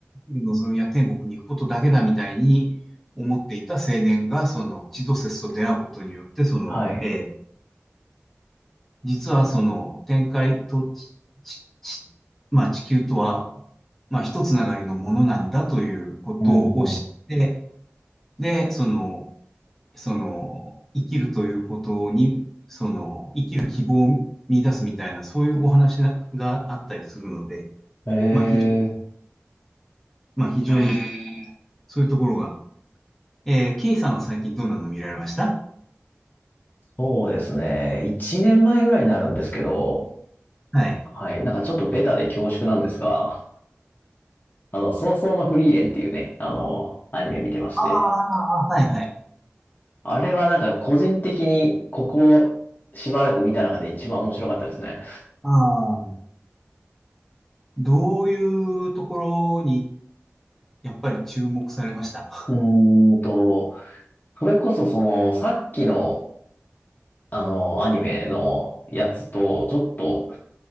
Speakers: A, in the centre; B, on the left.
A: 望みは天国に行くことだけだみたいに思っていた青年が、その地動説と出会うことによって、その、
B: はい。
A: えー実はその天界とちちちまあ、地球とは、まあ、一つながりのものなんだということを知って、
B: うんう
A: で、その、その、生きるということに、その、生きる希望を見出すみたいな、そういうお話ながあったりするので、
B: ん。へ
A: まあ、非常、
B: え。
A: まあ、非常に、えそういうところが。えー、K さんは最近どんなの見られました
B: そうですね。一年前ぐらいになるんですけど、
A: はい。
B: はい。なんかちょっとベタで恐縮なんですが、あの、早々のフリーレンっていうね、あの、アニメ見てまして。
A: ああ、はいはい。
B: あれはなんか個人的にここをしばらく見た中で一番面白かったですね。
A: ああ、どういうところに、やっぱり注目されました
B: うーんと、それこそそのさっきのあのアニメのやつとちょっと